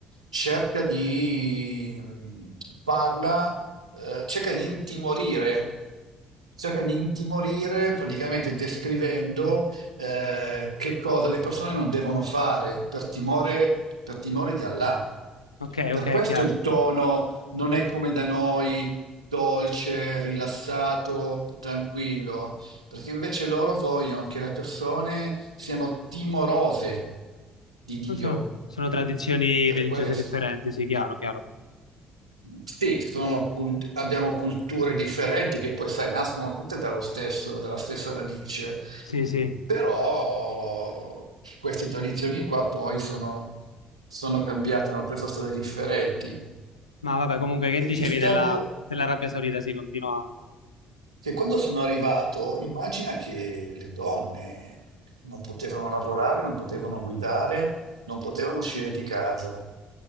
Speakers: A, on the right; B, on the left.
A: cerca di parla, eh, cerca di intimorire, cerca di intimorire praticamente descrivendo eh, che cosa le persone non devono fare per timore, per timore di Allah.
B: Ok,
A: Per
B: ok,
A: questo
B: chiaro.
A: il tono non è come da noi, dolce, rilassato, tranquillo, perché invece loro vogliono che le persone siano timorose di Dio,
B: Oh, Sono, sono tradizioni
A: per
B: religiose
A: questo.
B: differenti, sì, chiaro, chiaro.
A: Sì, sono cult- abbiamo culture differenti che poi, sai, nascono tutte dallo stesso- dalla stessa radice,
B: Sì, sì.
A: però queste tradizioni qua poi sono, sono cambiate, hanno preso strade differenti.
B: Ma vabbè, comunque, che dicevi
A: E ti stavo
B: della, dell'Arabia Saudita? Sì, continua.
A: Che quando sono arrivato, immagina che le donne non potevano lavorare, non potevano guidare, non potevano uscire di casa.